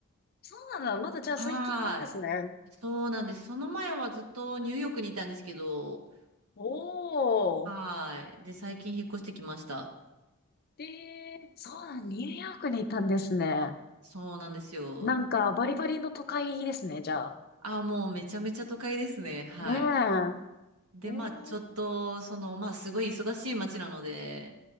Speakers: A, on the left (about 45°); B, on the right (about 80°).
A: そうなんだ。まだじゃあ最近なんですね。
B: はい。そうなんです。その前はずっとニューヨークにいたんですけど、
A: お
B: はい。
A: ー。
B: で、最近引っ越してきました。
A: で、そうなん、ニューヨークに行ったんですね。
B: そうなんですよ。
A: なんか、バリバリの都会ですね、じゃあ。
B: ああ、もうめちゃめちゃ都会ですね。はい。
A: ねえ。
B: で、
A: おー。
B: まあ、ちょっと、その、まあ、すごい忙しい街なので、